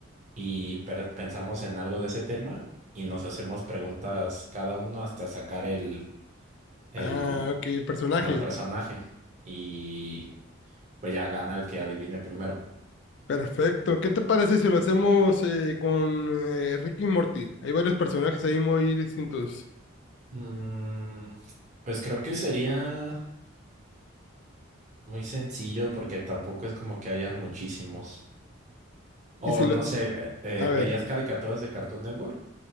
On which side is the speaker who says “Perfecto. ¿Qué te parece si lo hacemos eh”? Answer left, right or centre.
Left